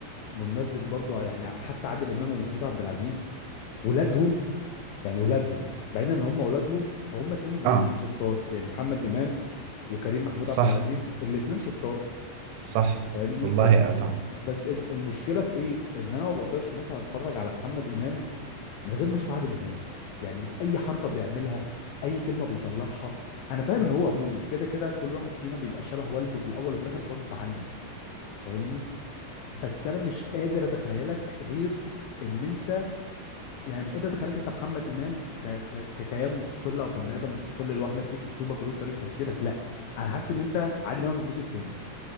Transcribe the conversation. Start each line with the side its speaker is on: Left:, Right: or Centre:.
Left: بمناسبه برضو يعني حتى عادل امام ومحمود عبد العزيز ولادهم يعني ولادهم بعيدا ان هم ولادهم فهم اتنين ممثلين
Right: آه
Left: شطار يعني محمد امام وكريم محمود
Right: صح
Left: عبد العزيز الاتنين شطار
Right: صح
Left: فاهمني
Right: والله
Left: بس
Right: أطعم
Left: بس الم- المشكله في ايه ان انا ما بقدرش مثلا اتفرج على محمد امام من غير ما اشوف عادل امام يعني اي حركه بيعملها اي كلمه بيطلعها انا فاهم ان هو ابوه وكده كده كل واحد فينا بيبقى شبه والده في الاول وفي الاخر غصب عنه فاهمني بس انا مش قادر اتخيلك غير ان انت يعني مش قادر اتخيلك انت محمد امام ك... ك... ككيان مستقل او كبني ادم مستقل لوحدك ليك اسلوبك وليك طريقه تفكيرك لا انا حاسس ان انت عادل امام الجزء الثاني